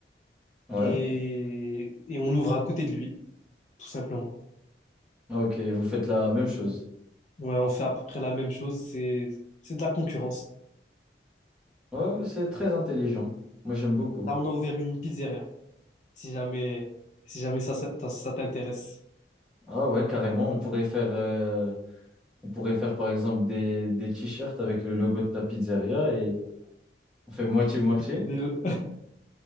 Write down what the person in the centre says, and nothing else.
Ouais.
Ok, vous faites la même chose.
Ouais, ouais, c'est très intelligent. Moi, j'aime beaucoup.
Ah ouais, carrément. On pourrait faire, euh, on pourrait faire par exemple des, des t-shirts avec le logo de ta pizzeria et on fait moitié-moitié.